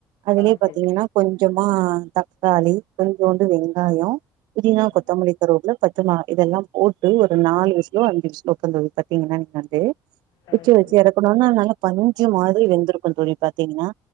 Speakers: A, on the right; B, on the left.
A: அதுலயே
B: ஆ
A: பாத்தீங்கன்னா
B: சரி
A: கொஞ்சமா தக்காளி கொஞ்சோண்டு வெங்காயோ புதினா
B: ம்
A: கொத்தமல்லி கருவேப்பிலை பச்ச மிளகா இதெல்லா போட்டு ஒரு நாலுவிசுலோ அஞ்சு விசுலோ பாத்தீங்கன்னா நீங்க வந்து
B: ஆ
A: வச்சு
B: சரி
A: வச்சு எறக்கனோனா நல்ல பஞ்சு மாதிரி வெந்திருக்கு தோழி பாத்தீங்கன்னா